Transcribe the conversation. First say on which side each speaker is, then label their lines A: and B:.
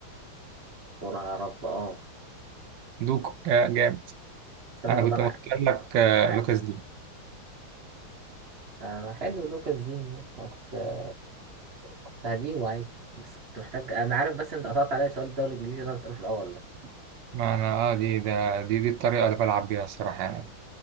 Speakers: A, on the right; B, on the right.
A: يا رب اه
B: دوك آه، جامد
A: استنى
B: انا
A: طب
B: كنت
A: انا
B: مختار لك آه،
A: ع-
B: لوكاس دي
A: آه حلو لوكاس دي ماشي انا كنت كنت هجيبه عادي بس كنت محتاج انا عارف بس انت قطعت عليا سؤال الدوري الانجليزي اللي انا بساله في الاول ده
B: ما انا اه دي ده دي دي الطريقه اللي بلعب بيها الصراحه يعني